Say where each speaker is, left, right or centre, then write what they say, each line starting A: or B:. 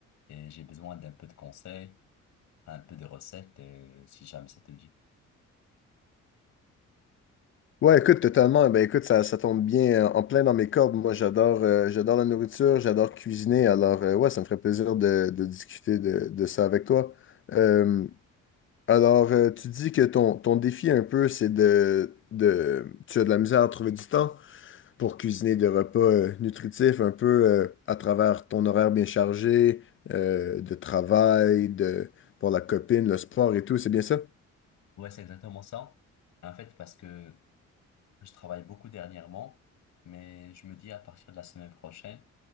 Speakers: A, on the left (about 70°); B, on the left (about 40°).
A: Et j'ai besoin d'un peu de conseils un peu de recettes, euh, si jamais ça te dit.
B: Ouais, écoute, totalement. Ben, écoute, ça, ça tombe bien euh, en plein dans mes cordes. Moi, j'adore euh, j'adore la nourriture, j'adore cuisiner. Alors, euh, ouais, ça me ferait plaisir de, de discuter de, de ça avec toi. Euh, alors, euh, tu dis que ton, ton défi un peu, c'est de, de... Tu as de la misère à trouver du temps pour cuisiner des repas euh, nutritifs un peu euh, à travers ton horaire bien chargé, euh, de travail, de, pour la copine, le sport et tout. C'est bien ça?
A: Ouais, c'est exactement ça. En fait, parce que je travaille beaucoup dernièrement, mais je me dis à partir de la semaine prochaine,